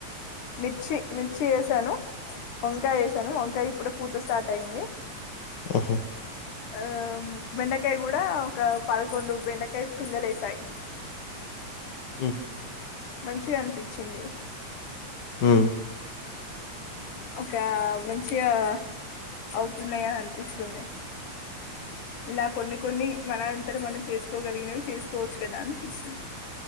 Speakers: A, on the left (about 85°); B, on the left (about 45°).
A: మిర్చి మిర్చి వేసాను వంకాయ వేసాను వంకాయ ఇప్పుడ పూత స్టార్ట్ అయింది
B: ఆహా
A: ఆ బెండకాయ కూడా ఒక పదకొండు బెండకాయ పిందలేేశాయి
B: హ
A: మంచిగా అనిపించింది
B: హ
A: ఒక మంచిగా అవుతున్నాయి అని అనిపిస్తునాయ్ ఇలా కొన్ని కొన్ని మనంతర మనం చేసుకోగలిగినవి చేసుకోవచ్చు కదా అనిపిస్తుంది